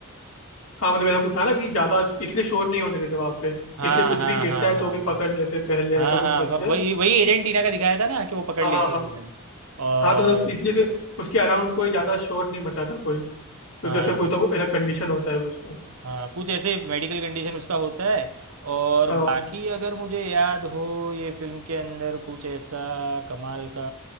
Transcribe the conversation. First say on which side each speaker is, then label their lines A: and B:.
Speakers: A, on the left (about 75°); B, on the right (about 90°).
A: हाँ मतलब ऐसा कुछ था ना कि ज्यादा इसलिए शोर नहीं होने देते वहां पे
B: हाँ
A: इसलिए कुछ
B: हाँ
A: भी गिरता
B: हाँ
A: है तो भी
B: हाँ
A: पकड़ लेते पहले
B: हाँ
A: ऐसा कुछ
B: हाँ
A: करते
B: हाँ व- वही वही एजेंटीना का दिखाया था ना कि वो पकड़
A: हाँ
B: लेती
A: हाँ
B: है
A: हाँ
B: तुरंत और
A: हाँ तो मतलब उस- इसलिए उसे- उसके अराउंड कोई ज्यादा शोर नहीं मचाता कोई क्योंकि
B: हाँ
A: उसका कोई
B: हाँ
A: तो ना कंडीशन होता है कुछ तो
B: हाँ कुछ ऐसे मेडिकल कंडीशन उसका होता है और
A: हाँ
B: बाकी अगर मुझे याद हो ये फिल्म के अंदर कुछ ऐसा कमाल का